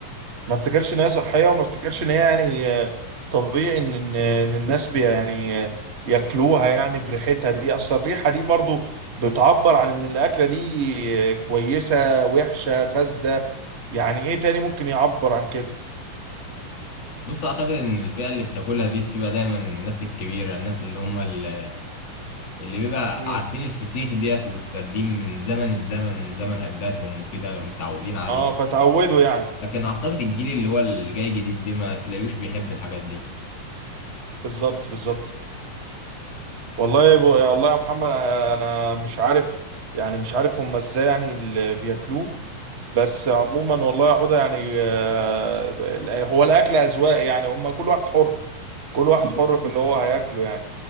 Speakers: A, on the right (about 70°); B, on the left (about 50°).
A: ما افتكرش ان هي صحيه وما افتكرش ان هي يعني آه، طبيعي ان ان إن الناس بي يعني آه، ياكلوها يعني بريحتها دي اصل الريحه دي برضو بتعبر عن ان الاكله دي آه، كويسه وحشه فاسده يعني ايه تاني ممكن يعبر عن كده
B: بص اعتقد ان الفئه اللي بتاكلها دي بتبقى دايما الناس الكبيره الناس اللي هم ال- اللي بيبقى
A: مم.
B: عارفين الفسيخ ديت والسردين من زمن الزمن من زمن اجدادهم وكده متعودين عليه
A: اه فتعودوا يعني
B: لكن اعتقد الجيل اللي هو اللي جاي جديد دي ما تلاقيوش بيحب الحاجات دي
A: بالظبط بالظبط والله يا- والله يا محمد انا مش عارف يعني مش عارف هم ازاي يعني اللي بياكلوه بس عموما والله يا عودة يعني آه، هو الأكل أذواق يعني هم كل واحد حر كل واحد حر في اللي هو هياكله يعني